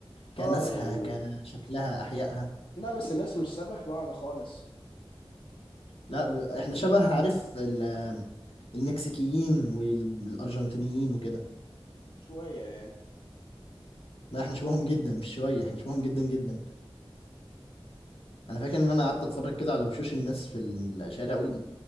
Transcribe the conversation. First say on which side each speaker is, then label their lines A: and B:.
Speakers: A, on the left; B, on the left.
A: كناسها
B: اه يعني
A: كشكلها احيائها
B: لا بس الناس مش سبح بعض خالص
A: لا ب... احنا شبه عارف ال- المكسيكيين والارجنتينيين وكده
B: شوية يعني
A: لا احنا شبههم جدا مش شويه احنا شبههم جدا جدا انا
B: انت
A: فاكر
B: شايف
A: ان انا قعدت اتفرج كده على وشوش الناس في الشارع اقول إيه،